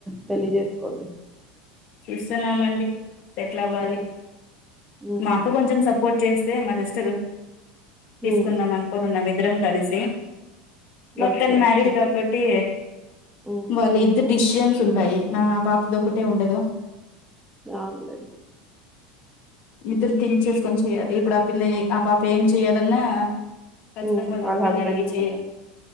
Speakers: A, in the centre; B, on the left.
A: పెళ్లి చేేసుకోండి
B: చూస్తున్నామండి సెటిల్ అవ్వాలి
A: ఉమ్, ఉమ్,
B: మాకు కొంచెం స సపోర్ట్ చేస్తే మా సిస్టర్ తీసుకుందాం
A: ఉమ్,
B: అనుకుంటన్నాం మేము ఇద్దరం కలిసి బట్
A: ఓకే
B: తాను మ్యారీడ్
A: ఓకే
B: కాబట్టి
A: ఉమ్,
B: వాళ్ళ ఇద్ద డిషన్ ఉంటాయి నా పాప దక్కటే ఉండదు
A: అవును
B: ఇద్దరు తింక్ చేసుకొని చెయాలి ఇప్పుడు ఆ పిల్ల ఆ పాప ఏం చెయాలన్నా ఖచ్చితంగా
A: ఉమ్,
B: వాళ్ళ హాస్బేండ్
A: హస్బెండ్ని
B: అడిగి చే
A: అడగాలి